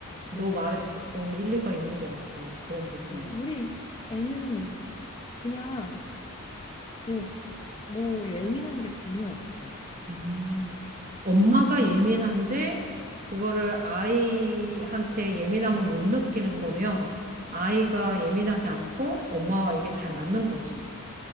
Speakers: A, on the right; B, on the left.
A: 너
B: 어,
A: 말에 조금 일리가 있는 것 같아. 그런 부분에.
B: 어. 우리 애는 그냥 그뭐 예민한 게 전혀 없어.
A: 음. 엄마가 예민한데 그거를 아이한테 예민함을 못 느끼는 거면 아이가 예민하지 않고 엄마와 이게 잘 맞는 거지.